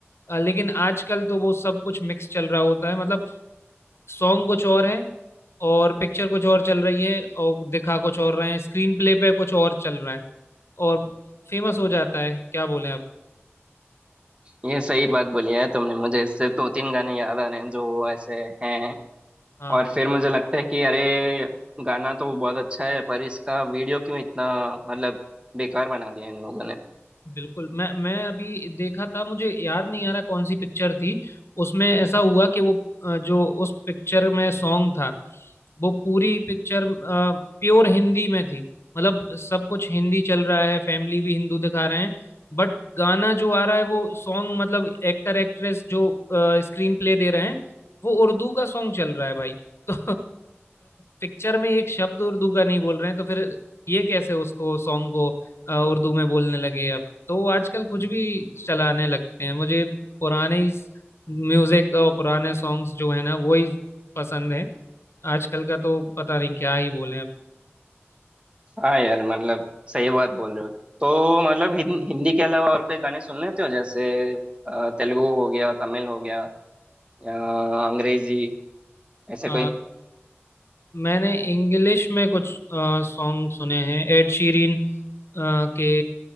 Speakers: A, on the left (about 65°); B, on the right (about 25°).
A: अ, लेकिन आजकल तो वो सब कुछ मिक्स चल रहा होता है मतलब सॉन्ग कुछ और है और पिक्चर कुछ और चल रही है और दिखा कुछ और रहे हैं स्क्रीन प्ले पे कुछ और चल रहा है और फेमस हो जाता है क्या बोले आप
B: ये सही बात बोली है तुमने मुझे इससे दो तीन गाने याद आ रहे हैं जो ऐसे हैं
A: हाँ
B: और
A: हाँ
B: फिर मुझे लगता है कि अरे गाना तो बहुत अच्छा है पर इसका वीडियो क्यों इतना मतलब बेकार बना दिया इन लोगों ने
A: बिल्कुल मैं मैं अभी देखा था मुझे याद नहीं आ रहा कौन सी पिक्चर थी उसमें ऐसा हुआ कि वो अ, जो उस पिक्चर में सॉन्ग था वो पूरी पिक्चर प्योर हिंदी में थी मतलब सब कुछ हिंदी चल रहा है फैमिली भी हिंदू दिखा रहे हैं बट गाना जो आ रहा है वो सॉन्ग मतलब एक्टर एक्ट्रेस जो स्क्रीन प्ले दे रहे हैं वो उर्दू का सॉन्ग चल रहा है भाई <laughs> तो पिक्चर में एक शब्द उर्दू का नहीं बोल रहे हैं तो फिर ये कैसे उसको सॉन्ग को अ, उर्दू में बोलने लगे अब तो वो आजकल कुछ भी चलाने लगते हैं मुझे पुराने ही म्यूजिक और पुराने सॉन्ग्स जो है ना वो ही पसंद है आजकल का तो पता नहीं क्या ही बोले अब
B: हाँ यार मतलब सही बात बोल रहे हो तो मतलब हिं, हिंदी के अलावा और कोई गाने सुन लेते हो जैसे अ, तेलुगु हो गया तमिल हो गया या अंग्रेजी ऐसे
A: अ,
B: कोई
A: मैंने इंग्लिश में कुछ सॉन्ग सुने हैं एड शीरिन के